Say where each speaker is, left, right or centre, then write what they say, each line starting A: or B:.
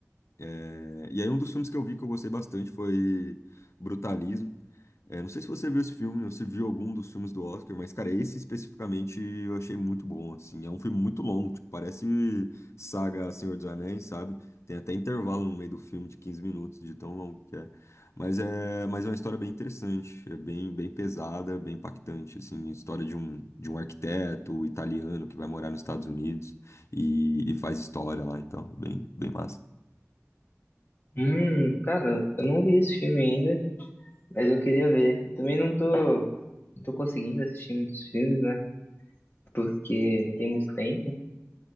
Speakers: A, on the left; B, on the left.
A: É, e aí um dos filmes que eu vi que eu gostei bastante foi Brutalismo. É, não sei se você viu esse filme ou se viu algum dos filmes do Oscar, mas, cara, esse especificamente eu achei muito bom, assim. É um filme muito longo, tipo, parece saga Senhor dos Anéis, sabe? Tem até intervalo no meio do filme de 15 minutos, de tão longo que é. Mas é, mas é uma história bem interessante, é bem, bem pesada, bem impactante, assim. História de um, de um arquiteto italiano que vai morar nos Estados Unidos e, e faz história lá, então, bem, bem massa.
B: Hum, cara, eu não vi esse filme ainda, mas eu queria ver. Eu também não tô, não tô conseguindo assistir muitos filmes, né? Porque não tem muito tempo.